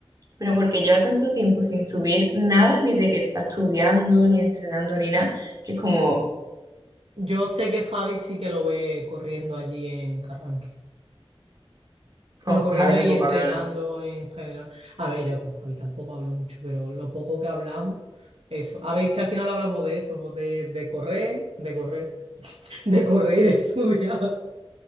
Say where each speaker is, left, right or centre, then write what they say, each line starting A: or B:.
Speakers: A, on the right (about 35°); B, on the right (about 75°).
A: pero porque lleva tanto tiempo sin subir nada, ni de que está estudiando, ni entrenando, ni nada, que es como...
B: Yo sé que Javi sí que lo ve corriendo allí en Carranque.
A: Con
B: Bueno, corriendo
A: Javi tampoco
B: y entrenando
A: hablo nada.
B: en general. A ver, yo con Javi tampoco hablo mucho, pero lo poco que hablamos, eso. A ver, es que al final hablamos de eso, de, de correr, de correr, <laughs> de correr y de estudiar.